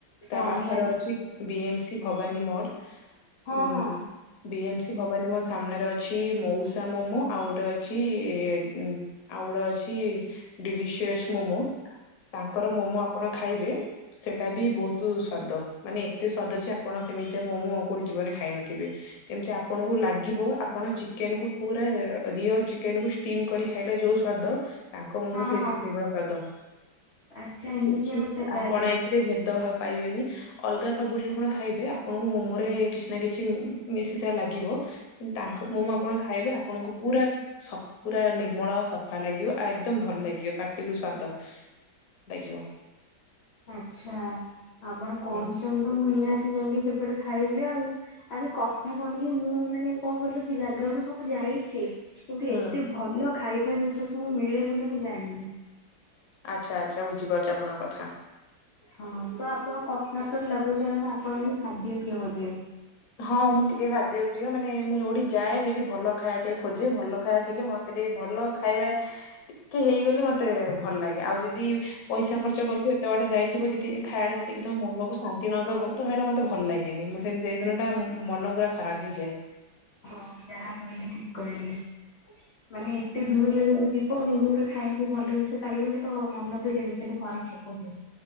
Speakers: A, on the left; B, on the left.
A: ହଁ
B: ତା ପାଖର
A: ନିହାତି
B: ଅଛି ବି ଏମ୍ ସି ଭବାନୀ ମୋଡ୍
A: ହଁ
B: ଉଁ,
A: ହଁ
B: ବି ଏମ୍ ସି ଭବାନୀ ମୋ ସାମ୍ନାରେ ଅ ଛି। ମଉସା ମୋମୋ, ଆଉ ଗୋଟେ ଅଛି ଏ ଉଁ, ଆଉ ଗୋଟେ ଅଛି ଡିଲିସିଅସ୍ ମୋମୋ ତାଙ୍କର ମୋମୋ ଆପଣ ଖାଇବେ। ସେଟା ବି ବହୁତୁ ସ୍ଵାଦ, ମାନେ ଏତେ ସ୍ଵାଦ ଯେ ଆପଣ ସେମିତିଆ ମୋମୋ କୋଉଠି ଜୀବନେ ଖାଇନଥିବେ। ଏମତି ଆପଣଙ୍କୁ ଲାଗିବ ଆ ପଣ ଚିକେନ୍ କୁ ପୁରା ରିୟଲ୍ ଚିକେନ୍ କୁ ସ୍ଟିମ୍ କରି ଖାଇଲେ ଯୋଉ ସ୍ଵାଦ ତାଙ୍କ ମୋମୋ
A: ହଁ
B: ସେଇ
A: ହଁ
B: ସୁୁ ସେଇଭଳିଆ ସ୍ବାଦ।
A: ଆଚ୍ଛା ଏମିତିଆ
B: କିଛି
A: କଥା ତାହେଲେ
B: ଆପଣ ଏ <inaudible> ସେ ଭେଦଭାବ ପାଇବେନି। ଅଲଗା ସବୁଠି ଆପଣ ଖାଇବେ ଆପଣଙ୍କୁ ମୋମୋ ରେ କିସ୍ ନା କିଛି ଉଁ, ମିଶିଥା ଲାଗିବ। କିନ୍ତୁ ତାଙ୍କ ମୋମ
A: ହୁଁ।
B: ଆପଣ ଖାଇବେ ଆପଣଙ୍କୁ ପୁରା ସ-ପୁରା ନିର୍ମଳ ସଫା ଲାଗିବ ଆଉ ଏକଦମ୍ ଭଲ ଲାଗିବ ପାଟିକୁୁ ସ୍ଵାଦ। ଲାଗିବ।
A: ଆଚ୍ଛା ଆପଣ କହିଛନ୍ତି
B: ହୁଁ
A: ତ ମୁଁ ନିହାତି ଯାଇକି କେବେ ଗୋଟେ ଖାଇବି ଆଉ। ଆରେ କଥା କଣିକି ମୁଁ ମାନେ କଣ କହିଲ ସେ ଜାଗାକୁ ସବୁ ଯାଇଛି। କିନ୍ତୁ
B: ହୁଁ
A: ଏତେ ଭଲ ଖାଇବା ଜିନିଷ ସବୁ ମିଳେ ବୋଲି ମୁଁ ଜାଣିନି।
B: ଆଚ୍ଛା, ଆଚ୍ଛା, ବୁଝିପାରୁଚି ଆପଣଙ୍କ କଥା।
A: ହଁ ତ ଆପଣଙ୍କ କଥାବାର୍ତ୍ତ ରୁ ଲାଗୁଛି ଆ, ମାନେ ଆପଣ ଭାରି ଖାଦ୍ୟ ପ୍ରିୟ ବୋଧେ?
B: ହଁ ମୁଁ ଟିକେ ଖାଦ୍ୟ ପ୍ରିୟ। ମାନେ ମୁଁ ଯୋଉଠି ଯାଏ ସେଇଠି ଭଲ ଖାଇବା ଟିକେ ଖୋଜେ। ଭଲ ଖାଇବା ଥିଲେ ମୋ ତେ ଟିକେ ଭଲ ଖାଇବା ଟିକେ ହେଇଗଲେ ମୋତେ ଭଲ ଲାଗେ। ଆଉ ଯଦି ପଇସା ଖର୍ଚ୍ଚ କରିଥିବ, ଏତେ ବାଟ ଯାଇଥିବ ଯଦି ଖାଇବା ଟା ସେତିକି ତୋମ ମନକୁ ଶାନ୍ତି ନ ଦବ। ତ ସେଇଟା ମୋତେ ଭଲ ଲାଗେନି। ମୋ ସେନ୍ ସେଇ ଦିନ ଟା ଉଁ, ମନ ପୁରା ଖରାପ ହେଇଯାଏ।
A: ହଁ ଯାହା କହିଲେ ଠିକ କହିଲେ। ମାନେ ଏତେ ଦୂର ଜାଗାକୁ ଯିବ କିନ୍ତୁ ଗୋଟେ ଖାଇବାକୁ ଭଲ ଜିନିଷ ପାଇବନି ତ ମନ ତ ଯେମିତି ହେଲେ ଖରାପ ହବ ହିଁ।